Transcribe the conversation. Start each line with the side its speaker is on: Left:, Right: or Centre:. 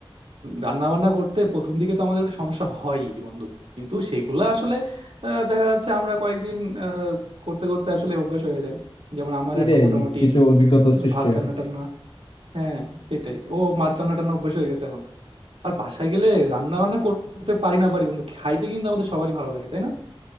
Right: রান্না বান্না করতে প্রথম দিকে তো আমাদের একটু সমস্যা হয় বন্ধু কিন্তু সেগুলো আসলে আহ, দেখা যাচ্ছে আমরা কয়েকদিন আহ, করতে করতে আসলে অভ্যাস হয়ে যায় যেমন আমার
Left: এটাই
Right: এখন মোটামুটি
Left: কিছু অভিজ্ঞতা সৃষ্টি
Right: ভাত রান্না
Left: হয়
Right: টান্না হ্যাঁ সেটাই ও ভাত রান্না টান্না অভ্যাস হয়ে গেছে এখন আর বাসায় গেলে রান্না বান্না করতে পারি না পারি বন্ধু খাইতে কিন্তু আমাদের সবারই ভালো লাগে তাই না